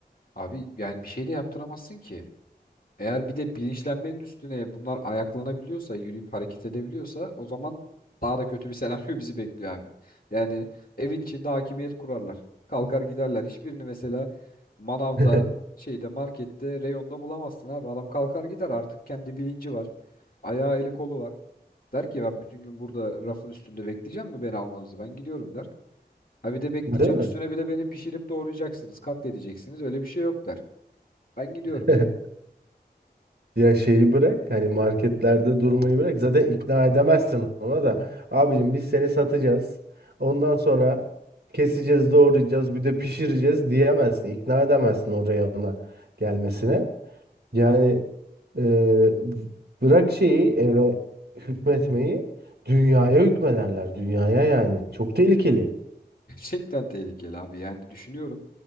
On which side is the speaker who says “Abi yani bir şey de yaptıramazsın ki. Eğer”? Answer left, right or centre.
Left